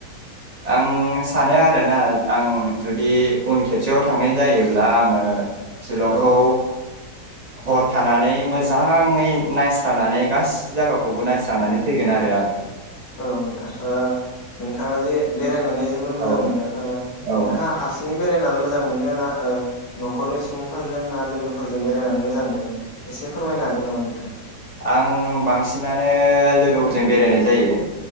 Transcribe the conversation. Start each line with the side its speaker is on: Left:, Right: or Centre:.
Right: आं सानो आरोना आं जुदि उन खेबसेयाव थांनाय जायोब्ला आङो सिलंखौ
Left: औ औ
Right: हर थानानै मोजाङै नायस्रानानै गासि जायगाखौबो नायस्रानानै फैगोन आरो आङो।
Left: औ नोंथां ओ नोंथाङा जे बेरायनानै जोबोर मोजां
Right: औ
Left: मोनो ओ
Right: औ
Left: नोंथाङा हारसिङै बेरायना मोजां मोनो ना ओ न'खरनि सुबुंफोरजों ना लोगोफोरजों बेरायनानै मोजां मोनो एसे फोरमायनो हागोन नामा नोंथां?
Right: आं बांसिनानो लोगोफोरजों बेरायनाय जायो।